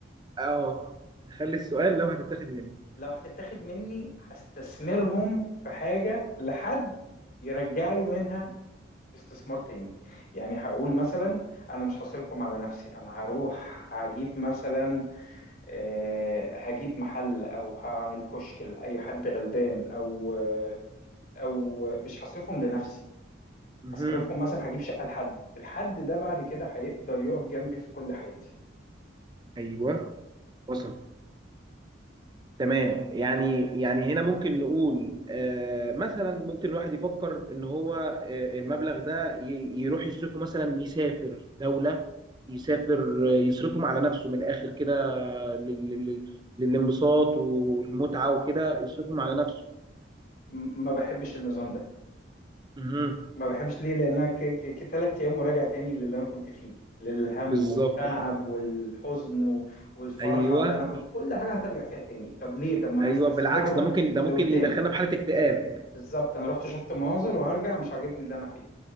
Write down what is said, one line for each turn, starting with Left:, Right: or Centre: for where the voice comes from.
Right: اه نخلي السؤال لو هتتاخد مني
Left: لو هتتاخد مني هستثمرهم في حاجة لحد يرجع لي منها استثمار تاني يعني هقول مثلا انا مش هصرفهم على نفسي انا هروح هجيب مثلا آه، هجيب محل او هعمل كشك لاي حد غلبان او آه، او مش هصرفهم لنفسي
Right: مهم.
Left: هصرفهم مثلا هجيب شقة لحد الحد ده بعد كده هيقدر يقف جنبي في كل حياتي
Right: ايوه وصل تمام يعني يعني هنا ممكن نقول آه مثلا ممكن الواحد يفكر ان هو آه المبلغ ده ي- يروح يصرفه مثلا يسافر دولة يسافر آه، يصرفهم على نفسه من الاخر كده لل- لل- للانبساط والمتعة وكده يصرفهم على نفسه
Left: م- ما بحبش النظام ده
Right: مهم.
Left: ما بحبش ليه لانها ك... ك... ك- تلات ايام وراجع تاني للي انا كنت فيه للهم
Right: بالظبط
Left: والتعب
Right: اه
Left: والحزن و... والفرحه
Right: ايوه
Left: اللي انا كنت كل حاجه هترجع فيها تاني طب ليه طب ما انا
Right: ايوه
Left: استثمرهم
Right: بالعكس ده ممكن ده
Left: لقدام
Right: ممكن يدخلنا في حالة اكتئاب
Left: بالظبط انا رحت شفت مناظر وهرجع مش عاجبني اللي انا فيه